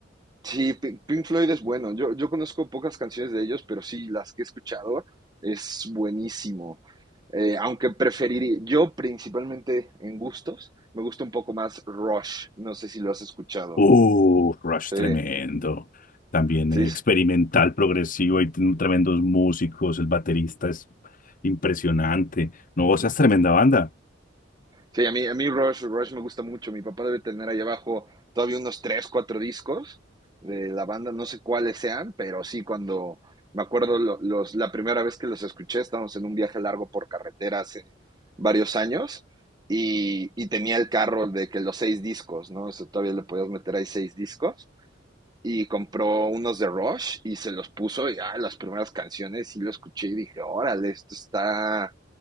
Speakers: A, on the right; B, on the left.
A: Sí, Pink Pink Floyd es bueno. Yo, yo conozco pocas canciones de ellos, pero sí, las que he escuchado es buenísimo. Eh, aunque preferiría, yo principalmente en gustos, me gusta un poco más Rush. No sé si lo has escuchado.
B: Uh, Rush
A: Sí,
B: tremendo. También
A: sí,
B: eh, experimental, progresivo, Hay tiene tremendos músicos, el baterista es impresionante. No, o es tremenda banda.
A: Sí, a mí, a mí Rush, Rush me gusta mucho. Mi papá debe tener ahí abajo todavía unos tres, cuatro discos de la banda, no sé cuáles sean, pero sí, cuando me acuerdo lo- los, la primera vez que los escuché, estábamos en un viaje largo por carretera hace varios años y, y tenía el carro de que los seis discos, ¿no? O sea, todavía le podías meter ahí seis discos y compró unos de Rush y se los puso y ah, las primeras canciones y lo escuché y dije, órale, esto está,